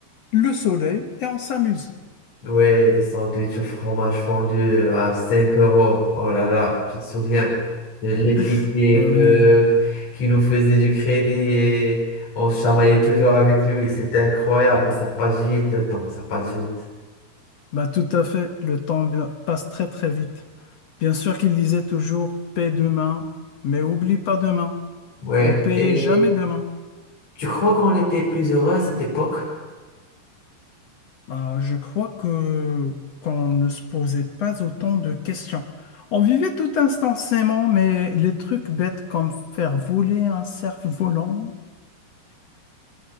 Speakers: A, on the left; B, on the left.
A: le soleil et on s'amuse.
B: Ouais, des sandwichs au fromage fondu à 5 euros. Oh là là, je te souviens de l'épicier
A: <laughs> Eh
B: que,
A: oui,
B: qui nous faisait du crédit et on se chamaillait toujours avec lui. C'était incroyable et ça passe vite le temps, ça passe vite.
A: bah tout à fait, le temps bi- passe très très vite. Bien sûr qu'il disait toujours paie demain, mais oublie pas demain.
B: Ouais,
A: On payait
B: et
A: jamais demain.
B: tu crois qu'on était plus heureux à cette époque?
A: Bah, je crois que qu'on ne se posait pas autant de questions. On vivait tout instantanément, mais les trucs bêtes comme faire voler un cerf-volant,